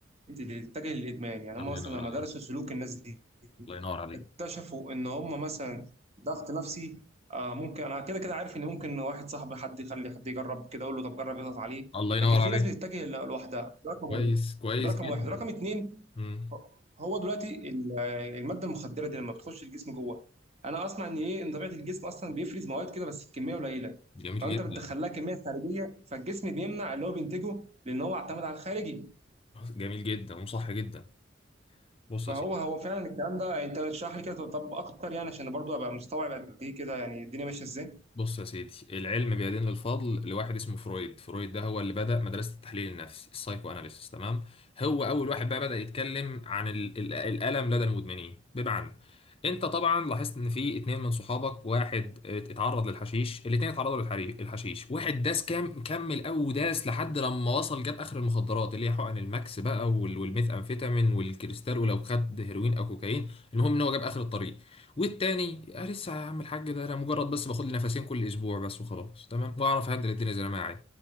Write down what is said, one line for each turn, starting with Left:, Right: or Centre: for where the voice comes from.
Right: اتجه للادمان يعني
Left: الله
Right: هم مثلا
Left: ينور
Right: لما
Left: عليك
Right: درسوا سلوك الناس دي
Left: الله ينور عليك
Right: اكتشفوا ان هم مثلا ضغط نفسي آه ممكن انا كده كده عارف ان ممكن واحد صاحبي حد يخلي حد يجرب كده اقول له طب جرب يضغط عليه
Left: الله ينور
Right: لكن في
Left: عليك
Right: ناس بتتجه ل- لوحدها ده رقم
Left: كويس
Right: واحد
Left: كويس
Right: ده رقم
Left: جدا
Right: واحد رقم اتنين
Left: مم.
Right: هو دلوقتي ال- الماده المخدره دي لما بتخش الجسم جوه انا اسمع ان ايه ان طبيعه الجسم اصلا بيفرز مواد كده بس الكميه قليله
Left: جميل
Right: فانت
Left: جدا
Right: بتدخلها كميه خارجيه فالجسم بيمنع اللي هو بينتجه لان هو اعتمد على الخارجي
Left: جميل جدا وصح جدا بص
Right: فهو
Left: يا سيدي
Right: هو فعلا الكلام ده انت اشرح لي كده طب اكتر يعني عشان برضو ابقى مستوعب قد ايه كده يعني الدنيا ماشيه ازاي
Left: بص يا سيدي العلم بيدين للفضل لواحد اسمه فرويد فرويد ده هو اللي بدأ مدرسة التحليل النفسي السايكو اناليسيس تمام هو اول واحد بقى بدأ يتكلم عن ال ال الألم لدى المدمنين بمعنى انت طبعا لاحظت ان في اتنين من صحابك واحد ات- اتعرض للحشيش الاتنين اتعرضوا للحري- للحشيش واحد داس كام كمل او داس لحد لما وصل جاب اخر المخدرات اللي هي حقن الماكس بقى وال- والميثامفيتامين والكريستال ولو خد هيروين او كوكايين المهم ان هو جاب اخر الطريق والتاني أنا لسه يا عم الحاج ده أنا مجرد بس باخد لي نفسين كل أسبوع بس وخلاص تمام وأعرف هندل الدنيا زي ما أنا عايز